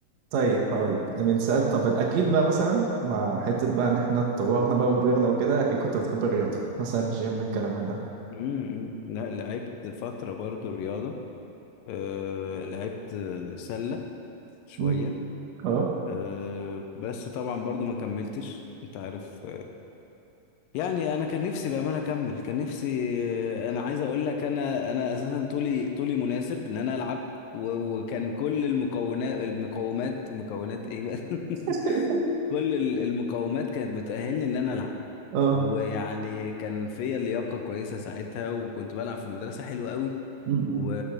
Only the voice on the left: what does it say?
امم لا لعبت فتره برضو رياضه أه لعبت سله شويه
أه بس طبعا برضو ما كملتش انت عارف يعني انا كان نفسي بامانه اكمل كان نفسي آه، انا عايز اقول لك انا انا اساسا طولي طولي مناسب ان انا العب و- وكان كل المكونات المقومات مكونات ايه بقى
<laughs> كل ال- المقومات كانت بتأهلني ان انا العب
ويعني كان فيا لياقه كويسه ساعتها وكنت بلعب في المدرسه حلو قوي
و...